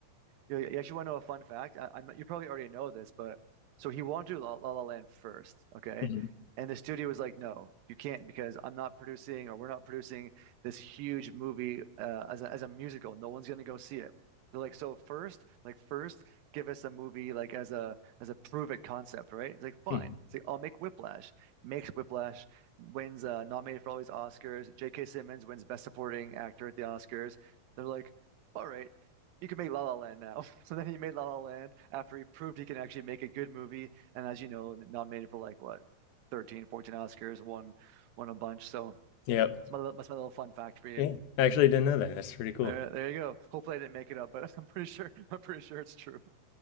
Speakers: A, on the right (about 75°); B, on the left (about 80°).
A: You, you actually want to know a fun fact? I, I'm, you probably already know this, but so he wanted to do La La La Land first, okay?
B: Mhm,
A: And the studio was like, no, you can't because I'm not producing or we're not producing this huge movie uh, as a, as a musical. No one's going to go see it. They're like, so first, like first, give us a movie like as a as a prove it concept, right? It's like fine.
B: mhm.
A: It's like I'll make Whiplash. Makes Whiplash, wins uh, nominated for all these Oscars. J.K. Simmons wins Best Supporting Actor at the Oscars. They're like, all right, you can make La La Land now. <laughs> So then he made La La Land after he proved he can actually make a good movie. And as you know, nominated for like what, 13, 14 Oscars, won won a bunch. So
B: Yep.
A: it's my, li- that's my little fun fact for you.
B: Yeah, I actually didn't know that. That's pretty cool.
A: There, there you go. Hopefully I didn't make it up, but <laughs> I'm pretty sure <laughs> I'm pretty sure it's true. <laughs>